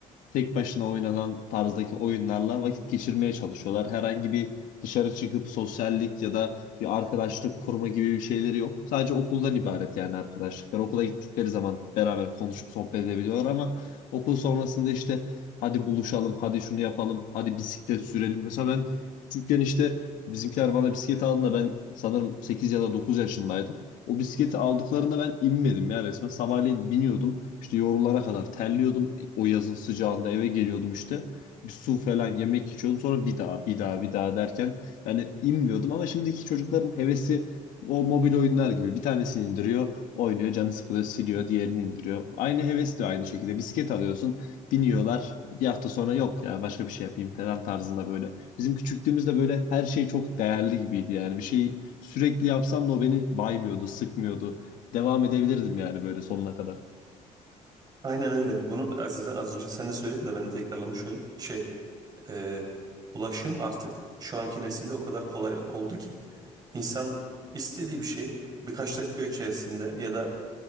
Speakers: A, on the left; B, on the right.
A: tek başına oynanan tarzdaki oyunlarla vakit geçirmeye çalışıyorlar. Herhangi bir dışarı çıkıp sosyallik ya da bir arkadaşlık kurma gibi bir şeyleri yok. Sadece okuldan ibaret yani arkadaşlıklar. Okula gittikleri zaman beraber konuşup sohbet edebiliyorlar ama okul sonrasında işte hadi buluşalım, hadi şunu yapalım, hadi bisiklet sürelim. Mesela ben küçükken işte bizimkiler bana bisiklet aldığında ben sanırım 8 ya da 9 yaşındaydım. O bisikleti aldıklarında ben inmedim ya resmen. Sabahleyin biniyordum. İşte yorulara kadar terliyordum o yazın sıcağında eve geliyordum işte. Bir su falan yemek içiyordum. Sonra bir daha bir daha bir daha derken yani inmiyordum ama şimdiki çocukların hevesi o mobil oyunlar gibi. Bir tanesini indiriyor, oynuyor, canı sıkılıyor, siliyor, diğerini indiriyor. Aynı heves de aynı şekilde. Bisiklet alıyorsun, biniyorlar. Bir hafta sonra yok ya başka bir şey yapayım falan tarzında böyle. Bizim küçüklüğümüzde böyle her şey çok değerli gibiydi yani. Bir şey sürekli yapsam da o beni baymıyordu, sıkmıyordu. Devam edebilirdim yani böyle sonuna kadar.
B: Aynen öyle. Bunun zaten az önce sen de söyledin de ben de tekrarlamış olayım. Şey, e, ulaşım artık şu anki nesilde o kadar kolay oldu ki insan istediği bir şeyi birkaç dakika içerisinde ya da